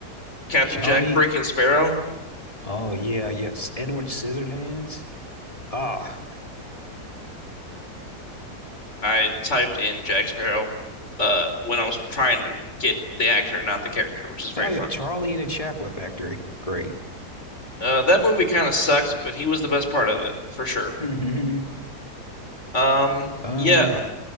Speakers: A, on the left; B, on the left.
A: Captain
B: Johnny.
A: Jack freaking Sparrow.
B: Oh yeah, yes. Edward Scissorhands. Ah,
A: I typed in Jack Sparrow uh, when I was trying to get the actor, not the character, which is very
B: oh
A: funny.
B: yeah, Charlie and the Chocolate Factory. Great.
A: Uh, that movie kind of sucked, but he was the best part of it for sure.
B: hmm
A: Um,
B: Uh,
A: yeah,